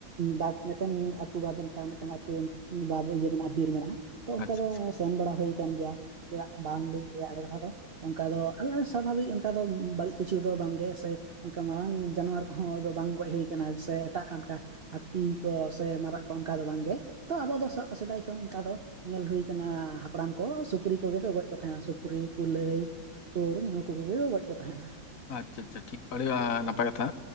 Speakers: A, on the right; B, on the left.
A: ᱵᱟᱫ ᱢᱤᱫᱴᱮᱱ ᱟᱛᱩ ᱵᱟᱫ ᱚᱱᱠᱟ ᱢᱤᱫᱴᱮᱱ ᱟᱛᱩ ᱚᱱᱠᱟ ᱵᱟᱫ ᱤᱭᱟᱹ ᱢᱮᱱᱟᱜᱼᱟ ᱵᱤᱨ ᱢᱮᱱᱟᱜᱼᱟ᱾ ᱛᱚ ᱚᱱᱠᱟ
B: ᱟᱪᱪᱷᱟ
A: ᱫᱚ
B: ᱟᱪᱪᱷᱟ
A: ᱥᱮᱱ ᱵᱟᱲᱟ ᱦᱩᱭ ᱟᱠᱟᱱ ᱜᱮᱭᱟ ᱪᱮᱫᱟᱜ ᱵᱟᱝ ᱞᱤᱧ ᱞᱟᱹᱭᱟ ᱮᱲᱮ ᱠᱟᱛᱷᱟ ᱫᱚ᱾ ᱚᱱᱠᱟ ᱫᱚ <unintelligible> ᱥᱟᱵᱷᱟᱵᱤᱠ ᱚᱱᱠᱟ ᱫᱚ ᱵᱟᱹᱲᱤᱡ ᱠᱤᱪᱷᱩ ᱫᱚ ᱵᱟᱝ ᱜᱮ ᱥᱮ ᱚᱱᱠᱟ ᱢᱟᱨᱟᱝ ᱡᱟᱱᱣᱟᱨ ᱠᱚᱦᱚᱸ ᱟᱫᱚ ᱵᱟᱝ ᱜᱚᱡ ᱦᱩᱭ ᱠᱟᱱᱟ ᱥᱮ ᱮᱴᱟᱜ ᱚᱱᱠᱟ ᱦᱟᱹᱛᱤ ᱠᱚ ᱥᱮ ᱢᱟᱨᱟᱜ ᱠᱚ ᱚᱱᱠᱟ ᱫᱚ ᱵᱟᱝ ᱜᱮ, ᱛᱚ ᱟᱵᱚ ᱫᱚ ᱥᱚ-ᱥᱮᱫᱟᱭ ᱠᱷᱚᱱ ᱚᱱᱠᱟ ᱫᱚ ᱧᱮᱞ ᱦᱩᱭ ᱠᱟᱱᱟ ᱦᱟᱯᱲᱟᱢ ᱠᱚ ᱥᱩᱠᱨᱤ ᱠᱚᱜᱮ ᱠᱚ ᱜᱚᱡ ᱠᱚ ᱛᱟᱦᱮᱸᱜᱼᱟ᱾ ᱥᱩᱠᱨᱤ, ᱠᱩᱞᱟᱹᱭ ᱛᱳᱲ ᱱᱩᱠᱩ ᱠᱚᱜᱮ ᱜᱚᱡ ᱠᱚ ᱛᱟᱦᱮᱱᱟ᱾
B: ᱟᱪᱪᱷᱟ ᱟᱪᱪᱷᱟ ᱴᱷᱤᱠ ᱟᱹᱰᱤᱭᱟ ᱱᱟᱯᱟᱭ ᱠᱟᱛᱷᱟ᱾